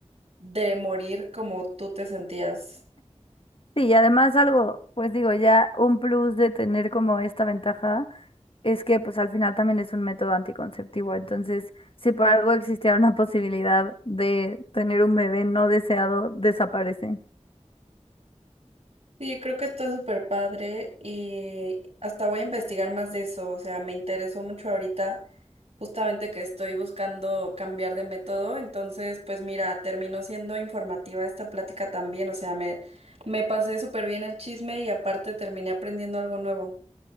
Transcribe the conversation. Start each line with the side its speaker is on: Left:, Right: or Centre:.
Right: de morir como tú te sentías.
Left: Sí, y además algo, pues digo, ya un plus de tener como esta ventaja es que pues al final también es un método anticonceptivo. Entonces, si por algo existiera una posibilidad de tener un bebé no deseado, desaparece.
Right: Sí, creo que está súper padre y hasta voy a investigar más de eso, o sea, me interesó mucho ahorita Justamente que estoy buscando cambiar de método, entonces pues mira, terminó siendo informativa esta plática también, o sea, me, me pasé súper bien el chisme y aparte terminé aprendiendo algo nuevo.